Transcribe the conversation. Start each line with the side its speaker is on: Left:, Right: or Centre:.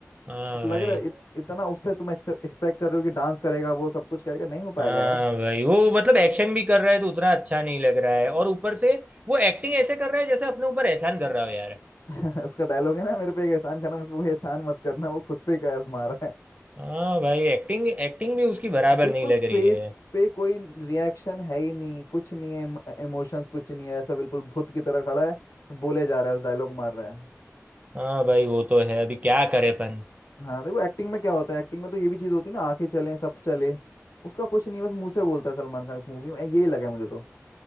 Right: हाँ
Left: अब
Right: भाई
Left: लग रहा है इत, इतना उससे तुम एक्सपेक्ट कर रहे हो कि डांस करेगा वो सब कुछ करेगा नहीं हो पाएगा
Right: हाँ
Left: यार
Right: भाई वो मतलब एक्शन भी कर रहा है तो उतना अच्छा नहीं लग रहा है और ऊपर से वो एक्टिंग ऐसे कर रहा है जैसे अपने ऊपर एहसान कर रहा हो यार
Left: <laughs> उसका डायलॉग है ना मेरे पे एक एहसान करना मुझ पे कोई एहसान मत करना वो खुद पे एक आजमा रहा है
Right: हाँ भाई एक्टिंग एक्टिंग भी उसकी बराबर
Left: बिल्कुल
Right: नहीं लग रही
Left: फेस
Right: है
Left: पे कोई रिएक्शन है ही नहीं कुछ नहीं है इमोशंस कुछ नहीं है ऐसा बिल्कुल भूत की तरह खड़ा है बोले जा रहा है उस डायलॉग मार रहा है
Right: हाँ भाई वो तो है अभी क्या करे अपन
Left: हाँ देखो एक्टिंग में क्या होता है एक्टिंग में तो ये भी चीज़ होती है ना आंखें चले सब चले उसका कुछ नहीं है, बस मुंह से बोलता है सलमान खान इस मूवी में यही लगा है मुझे तो